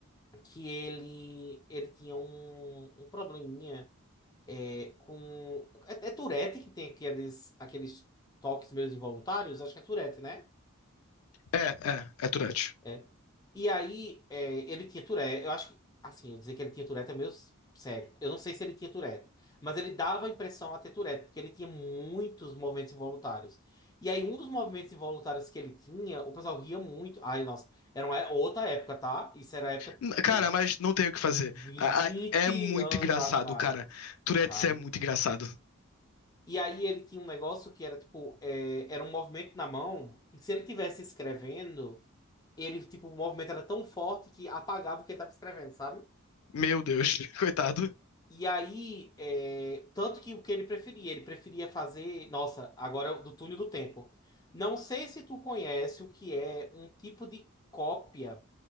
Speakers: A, on the left; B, on the left.
A: que ele, ele tinha um, um probleminha. É, com. É, é Tourette que tem aqueles, aqueles toques meus involuntários? Acho que é Tourette, né?
B: É, é, é Tourette.
A: É. E aí, é, ele tinha Tourette. Eu acho que, assim, eu dizer que ele tinha Tourette é meio sério. Eu não sei se ele tinha Tourette, mas ele dava a impressão a ter Tourette, porque ele tinha muitos movimentos involuntários. E aí, um dos movimentos involuntários que ele tinha, o pessoal ria muito. Ai, nossa, era uma é- outra época, tá? Isso era a época
B: N- Cara,
A: que
B: mas não tem o que fazer.
A: 20
B: A- a- É muito
A: anos
B: engraçado,
A: atrás,
B: cara. Tourette
A: tá?
B: é muito engraçado.
A: E aí ele tinha um negócio que era tipo, é, era um movimento na mão, e se ele tivesse escrevendo, ele, tipo, o movimento era tão forte que apagava o que ele estava escrevendo, sabe?
B: Meu Deus, <laughs> coitado.
A: E aí, é, tanto que o que ele preferia, ele preferia fazer, nossa, agora é do túnel do tempo. Não sei se tu conhece o que é um tipo de cópia